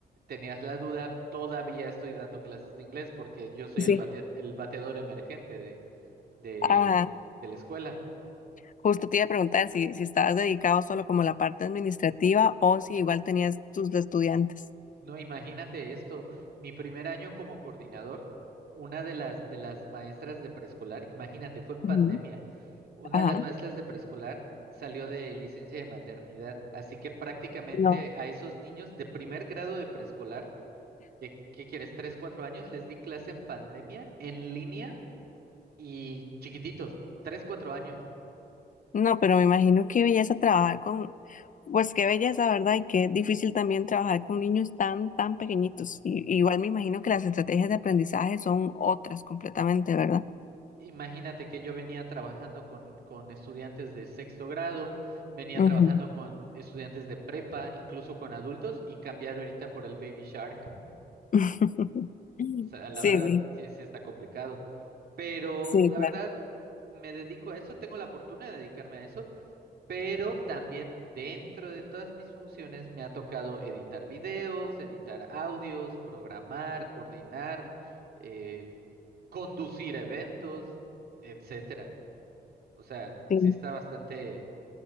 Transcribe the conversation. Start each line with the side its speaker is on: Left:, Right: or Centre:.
Right: tenías la duda, todavía estoy dando clases de inglés porque yo soy
Left: sí.
Right: el bate- el bateador emergente de, de,
Left: Ah,
Right: de la escuela.
Left: justo te iba a preguntar si, si estabas dedicado solo como a la parte administrativa o si igual tenías tus estudiantes.
Right: No, imagínate esto, mi primer año como coordinador, una de las, de las maestras de preescolar, imagínate, fue en pandemia,
Left: Ujú.
Right: una
Left: Ajá,
Right: de las maestras de preescolar salió de licencia de maternidad, así que prácticamente
Left: no.
Right: a esos niños de primer grado de preescolar, ¿qué, qué quieres? ¿Tres, cuatro años? Les di clase en pandemia, en línea y chiquititos, tres, cuatro años.
Left: No, pero me imagino qué belleza trabajar con, pues qué belleza, ¿verdad? Y qué difícil también trabajar con niños tan, tan pequeñitos. Y- igual me imagino que las estrategias de aprendizaje son otras completamente, ¿verdad?
Right: Imagínate que yo venía trabajando con, con estudiantes de sexto grado, venía
Left: Ujú.
Right: trabajando con estudiantes de prepa, incluso con adultos, y cambiar ahorita por el Baby Shark.
Left: <laughs>
Right: O sea, la
Left: Sí,
Right: verdad
Left: sí,
Right: sí, sí está complicado. Pero
Left: sí,
Right: la
Left: claro.
Right: verdad me dedico a eso, tengo la fortuna de dedicarme a eso, pero también dentro de todas mis funciones me ha tocado editar videos, editar audios, programar, coordinar eh, conducir eventos, etcétera. O sea,
Left: Sí.
Right: sí está bastante,